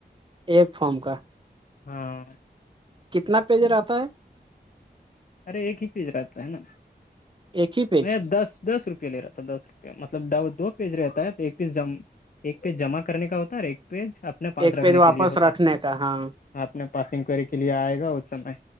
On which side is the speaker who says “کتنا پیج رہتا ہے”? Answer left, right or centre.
Right